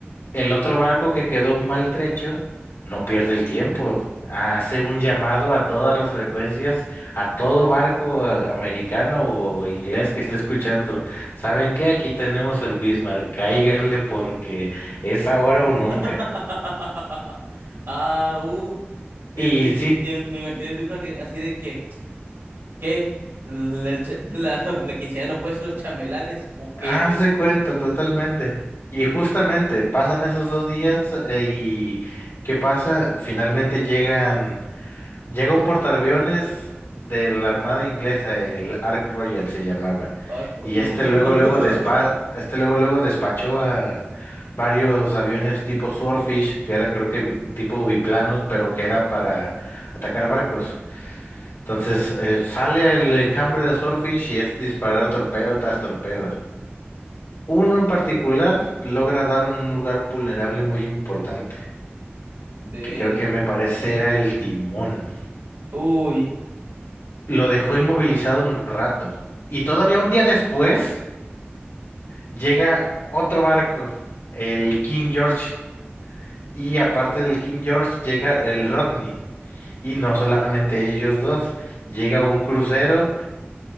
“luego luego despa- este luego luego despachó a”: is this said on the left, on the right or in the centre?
Left